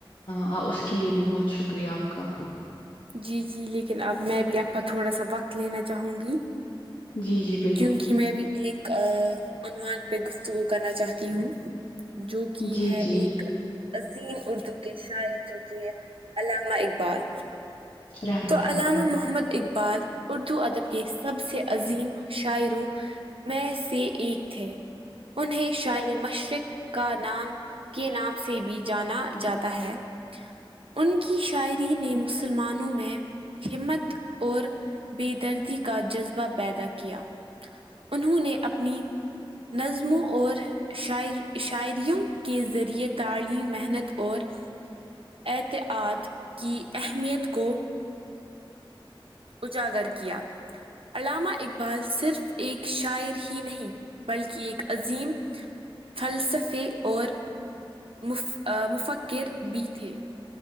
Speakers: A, on the left; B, on the right.
A: اں اس کے لیے بھی بہت شکریہ آپ کا
B: جی جی لیکن اب میں بھی آپ کا تھوڑا سا وقت لینا چاہوں گی
A: جی جی بالکل
B: کیونکہ میں بھی ایک آ عنوان پہ گفتگو کرنا چاہتی ہوں جو کہ
A: جی
B: ہے
A: جی
B: ایک عظیم اردو کے شاعر جو کہ ہے علامہ اقبال
A: رحمت
B: تو
A: اللہ
B: علامہ
A: علیہ
B: محمد اقبال اردو ادب کے سب سے عظیم شاعروں میں سے ایک تھے انہیں شاعر مشرق کا نام کے نام سے بھی جانا جاتا ہے ان کی شاعری نے مسلمانوں میں ہمت اور بیدردی کا جذبہ پیدا کیا انہوں نے اپنی نظموں اور شاعر شاعریوں کے ذریعے تعلیم محنت اور اعتماد کی اہمیت کو اجاگر کیا علامہ اقبال صرف ایک شاعر ہی نہیں بلکہ ایک عظیم فلسفی اور مف مفکر بھی تھے